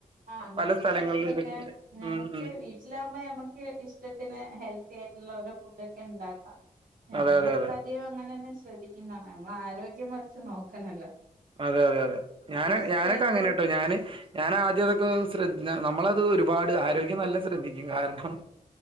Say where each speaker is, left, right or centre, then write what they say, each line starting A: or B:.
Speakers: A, on the right; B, on the right.
A: ആ അങ്ങനത്തെ
B: പല സ്ഥലങ്ങളിലും
A: ഇതൊക്കെ ഞമ്മുക്ക്
B: ഉം ഉം
A: വീട്ടിലാകുമ്പോ ഞമക്ക് ഇഷ്ടത്തിന് ഹെൽത്ത് <unintelligible> ഫുഡൊക്കെ ഉണ്ടാക്കാം ഞങ്ങള്
B: അതെ അതെ അതെ
A: കഴിവതും അങ്ങനെന്നെ ശ്രദ്ധിക്കുന്നതാണ് നമ്മള് ആരോഗ്യം വെച്ച് നോക്കണല്ലോ
B: അതെ അതെ അതെ ഞാന
A: ഫസ്റ്റ്
B: ഞാനൊക്കെ
A: ആയിട്ട്
B: അങ്ങനാട്ടോ ഞാന് ഞാൻ ആദ്യംതൊക്കെ ശ്രദ്ധ നമ്മളത് ഒരുപാട് ആരോഗ്യം നല്ല ശ്രദ്ധിക്കും കാരണം